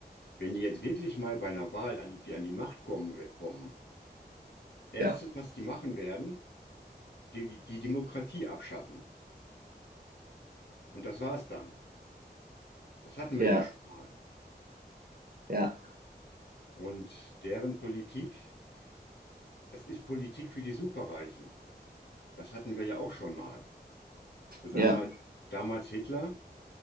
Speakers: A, on the left; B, on the right.
A: Wenn die jetzt wirklich mal bei einer Wahl irgendwie an die Macht kommen, kommen, erstes,
B: Ja,
A: was die machen werden, die, die, die Demokratie abschaffen. Und das war's dann. Das hatten wir
B: ja,
A: ja schon mal.
B: ja,
A: Und deren Politik, das ist Politik für die Superreichen. Das hatten wir ja auch schon mal. So damals,
B: ja,
A: Ja. damals Hitler.